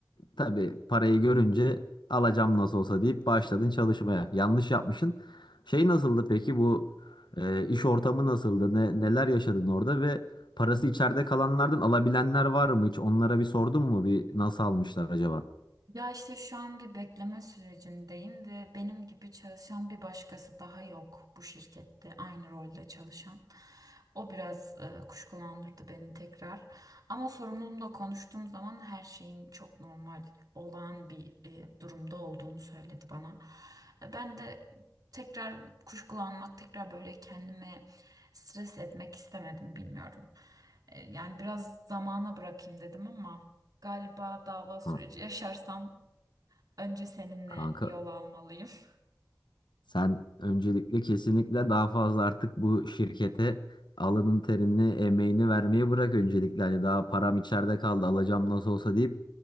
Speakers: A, on the left; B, on the right.
A: Tabii parayı görünce alacağım nasıl olsa deyip başladın çalışmaya. Yanlış yapmışsın. Şey nasıldı peki bu e, iş ortamı nasıldı? Ne, neler yaşadın orada ve parası içeride kalanlardan alabilenler var mı hiç? Onlara bir sordun mu? Bir nasıl almışlar acaba?
B: Ya işte şu an bir bekleme sürecindeyim ve benim gibi çalışan bir başkası daha yok bu şirkette aynı rolde çalışan. O biraz e, kuşkulandırdı beni tekrar. Ama sorumlumla konuştuğum zaman her şeyin çok normal, olağan bir e, durumda olduğunu söyledi bana. E, Ben de tekrar kuşkulanmak, tekrar böyle kendime stres etmek istemedim, bilmiyorum. E, yani biraz zamana bırakayım dedim ama. Galiba dava süreci
A: Ha,
B: yaşarsam önce seninle
A: kanka
B: yol almalıyım. <laughs>
A: Sen öncelikle kesinlikle daha fazla artık bu şirkete alının terini, emeğini vermeyi bırak öncelikle. Hani daha param içeride kaldı, alacağım nasıl olsa deyip